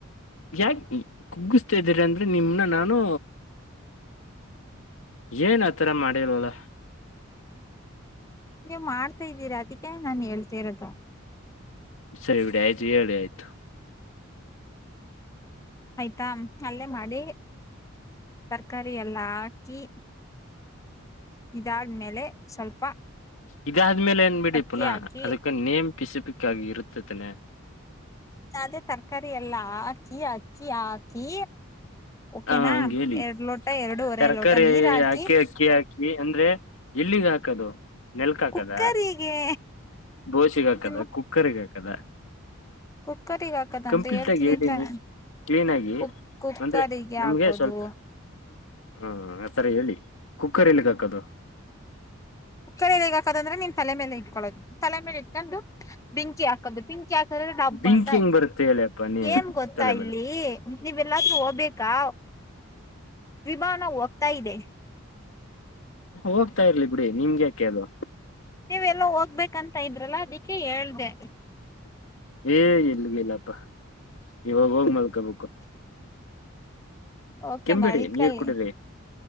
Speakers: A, on the left (about 70°); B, on the left (about 15°).
A: ಯಾಕ ಕುಗ್ಗಿಸ್ತಾ ಇದ್ದೀರಿ ಅಂದ್ರೆ ನಿಮನ್ನ ನಾನು ಏನ್ ಆತರ ಮಾಡಿಲ್ವಲ್ಲ
B: ನೀವು ಮಾಡ್ತಾ ಇದ್ದೀರಾ ಅದಕ್ಕೆ ನಾನನ್ ಹೇಳ್ತ ಇರೋದು
A: ಸರಿ ಇಡ ಆಯ್ತು ಹೇಳಿ ಆಯ್ತು
B: ಆಯ್ತಾ ಅಲ್ಲೇ ಮಾಡಿ ತರಕಾರಾರಿ ಎಲ್ಲಾ ಹಾಕಿ ಇದಾದ್ಮೇಲೆ ಸ್ವಲ್ಪ
A: ಇದಾದ್ಮೇಲೆ ಏನ್ ಬಿಡಿ
B: ಅಕ್ಕಿ
A: ಪುನಃ
B: ಹಾಕಿ
A: ಅದಕ್ಕ ನೇಮ್ ಪಿಸಪಿಕ್ಾಗಿ ಇರುತತನನೆ
B: ಅದೇ ತರಕಾರಿ ಎಲ್ಲಾ ಹಾಕಿ ಅಕ್ಕಿ ಹಾಕಿ ಓಕೆನಾ
A: ಹ ಹಂಗ ಹೇಳಿ
B: ಎರಡ್ ಲೋಟ ಎರಡುವರೆ
A: ತರಕಾರಿ
B: ಲೋಟ ನೀರ್ ಹಾಕಿ
A: ಅಕ್ಕಿ ಅಂದ್ರೆ ಎಲ್ಲಿಗೆ ಹಾಕದು ನೆಲ್ಕ್ ಹಾಕದ
B: ಕುಕ್ಕರಿಗೆ
A: ಬೋಸಗ ಹಾಕದ
B: ನಿಮ್ಮ
A: ಕುಕ್ಕರ್ಗ ಹಾಕದ
B: ಕುಕ್ಕರಿಗೆ ಹಾಕದಂತ
A: ಕಂಪ್ಲೀಟ್
B: ಹೇಳ್ತಿದೀನಿ
A: ಆಗಿ ಹೇಳನಿ
B: ತಾನೆ
A: ಕ್ಲೀನ್ ಆಗಿ
B: ಕುಕ್ ಕುಕ್ಕರಿಗೆ
A: ಅಂದ್ರೆ ನಮ್ಗೆ
B: ಹಾಕೋದು
A: ಸ್ವಲ್ಪ ಹಾ ಆತರ ಹೇಳಿ ಕುಕ್ಕರ್ ಎಲ್ಲಿಗೆ ಹಾಕದು
B: ಸಕ್ಕರೆ ಹೇ ಹಾಕದಂದ್ರೆ ನೀವು ತಲೆ ಮೇಲೆ ಇಟ್ಕೊಳ್ಳೋದು ತಲೆ ಮೇಲೆ ಇಟ್ಕೊಂಡು ಬೆಂಕಿ ಹಾಕೋದು ಬೆಂಕಿ ಯ್ಯಾಕ ಡಬ್ಬ
A: ಬೆಂಕಿ
B: ಅಂತ ಆಯ್ತು
A: ಹೆಂಗ್ ಬರುತ್ತೆ ಹೇಳಪ್ಪಾ ನೀವ್
B: ಏನ್ ಗೊತ್ತಾ
A: ತಲೆ
B: ಇಲ್ಲಿ
A: ಮೇಲೆ
B: ನೀವೆಲ್ಲಾದ್ರೂ ಹೋಗ್ಬೇಕಾ ವಿಭಹಾನ ಹೋಗ್ತಾ ಇದೆ
A: ಹೋಗ್ತಾ ಇರ್ಲಿ ಬಿಡಿ ನಿಮ್ಗೆ ಯಾಕೆ ಅದು
B: ನೀವ ಎಲ್ಲ ಹೋಗ್ಬೇಕಂತ ಇದ್ರಲ್ಲ ಅದಕ್ಕೆ ಹೇಳ್ದ
A: ಏ ಎಲ್ಗ ಇಲ್ಲಪ್ಪ ಇವಾಗ ಹೋಗ್ ಮಲ್ಕೊಬೇಕು
B: ಓಕೆ
A: ಕೆಂಬಿಡಿ
B: ಮಲ್ಕಳ
A: ನೀರ್ ಕುಡೀರಿ